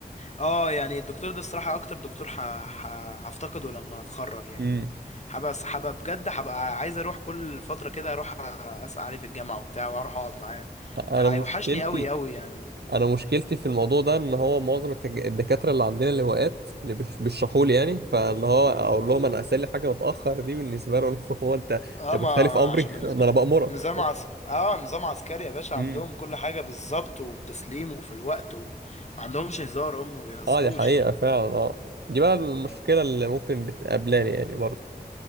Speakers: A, on the left; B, on the right.
A: اه يعني الدكتور ده الصراحة اكتر دكتور ح... ح... هفتقده لما اتخرج يعني
B: يعني
A: هبقى هبقى بجد هبقى عايز اروح كل فترة كده اروح أ- اسأل عليه في الجامعة وبتاع واروح اقعد معاه
B: انا
A: هيوحشني
B: مشكلتي
A: قوي قوي يعني
B: انا مشكلتي في الموضوع ده ان هو معظم التج- الدكاتره اللي عندنا اللواءات اللي بيش- بيشرحوا لي يعني فاللي هو اقول لهم انا اسال لي حاجه متاخر دي بالنسبه لهم <laughs> هو انت
A: اه
B: انت
A: ما
B: بتخالف امري
A: عشان
B: <laughs>
A: بالنسبة
B: ده انا
A: لي
B: بامرك
A: نظام عس... اه نظام عسكري يا باشا
B: امم
A: عندهم كل حاجة بالظبط وبتسليم وفي الوقت وما عندهمش هزار هم ما بيهزروش
B: اه دي حقيقه
A: يعني
B: فعلا اه دي بقى المشكله اللي ممكن بتقابلاني يعني برضه